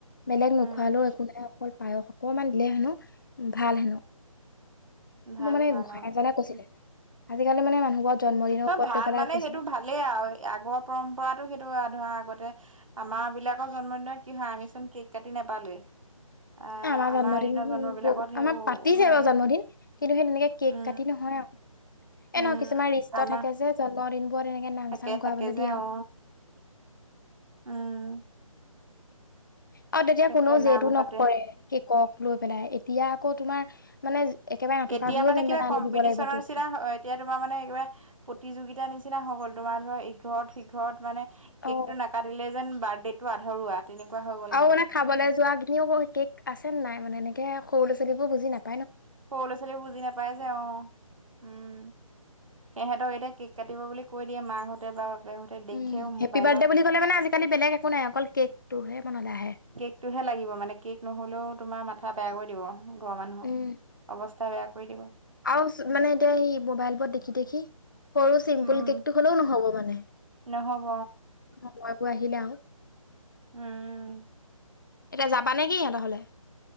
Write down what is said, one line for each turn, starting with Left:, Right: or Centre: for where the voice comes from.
Left: বেলেগ
Right: উম,
Left: নোখোৱালেও একো নাই অকল পায়স অকনমান দিলে হেনো ভাল হেনো
Right: ভাল-ভাল
Left: মোৰ মানে গোসাই
Right: অ,
Left: এজনে কৈছিলে
Right: উম,
Left: আজিকালি মানে মানুহবোৰৰ জন্মদিনৰ
Right: অ
Left: ওপৰত
Right: ভাল
Left: লৈ পেলাই
Right: মানে
Left: কৈছে।
Right: সেইটো ভালেই আৰু আগৰ পৰম্পৰাতটো সেইটো আৰু ধৰা আগতে আমাৰ বিলাকৰ জন্মদিনৰ কি হয় আমি চোন কেক কাটি নোপালোৱেই আহ
Left: আমাৰ জন্মদিন
Right: দিনৰ জন্ম বিলাকত
Left: ব
Right: সেইবোৰ
Left: আমাৰ পাতিছে
Right: মানে
Left: আৰু জন্মদিন কিন্তু সেই তেনেকে কেক
Right: উম
Left: কাটি নহয় আৰু
Right: উম
Left: এ নহ কিছুমান ৰিষ্ট
Right: আমাৰ
Left: থাকে যে জন্মদিনবোৰ এনেকে নাম
Right: থাকে
Left: চাম
Right: থাকে
Left: গোৱাবলৈ
Right: যে
Left: দিয়া আৰুও
Right: অ উম
Left: আৰু তেতিয়া
Right: তাকে
Left: কোনেও যহেতটো
Right: নাম
Left: নকৰে
Right: পাতে
Left: শিকক লৈ পেলাই এতিয়া আকৌ তোমাৰ মানে একেবাৰে নথকা
Right: এতিয়া
Left: ঘৰেও
Right: মানে
Left: যেন
Right: কিবা
Left: তেনে আনি
Right: কম্পিটিশনৰ
Left: দিব লাগিব কেকটো
Right: নিচিনা এতিয়া তোমাৰ মানে কিবা প্ৰতিযোগিতাৰ নিচিনা হৈ গ'ল তোমাৰ ধ ইঘৰত সিঘৰত মানে কেক
Left: অ
Right: টো নাকাটিলে যেন বাৰ্থডে টো আধৰুৱা তেনেকুৱা হৈ গ'ল
Left: আৰু মানে খাবলৈ যোৱা কিনিও কেক আছে নাই মানে এনেকে সৰু ল'ৰা ছোৱালীবোৰ বুজি নাো
Right: সৰু ল'ৰা ছোৱালী বুজি নাপায় যে অ উম সিহতক এতিয়া কেক কাটিব বুলি কৈ দিয়ে মাক হঁতে বা তে দেখেও
Left: উম হেপী
Right: মোবাইলত
Left: বাৰ্থডে বুলি ক'লে মানে আজিকালি বেলেগ একো নাই অকল কেকটোহে মনলৈ আহে
Right: কেকটোহে লাগিব মানে কেক নহলেও তোমাৰ মাথা বেয়া কৰি দিব ঘৰৰ মানুহৰ
Left: উম
Right: অৱস্থা বেয়া কৰি দিব
Left: আৰু মানে এতিয়া স মোবাইল ৰত দেখি দেখি সৰু চিম্পুল
Right: উম
Left: কেকটো হ'লেও নহ'ব মানে
Right: নহ'ব
Left: মই বোৰ আহিলে আহ
Right: উম
Left: এতিয়া যাবা নেকি সিহঁত হলে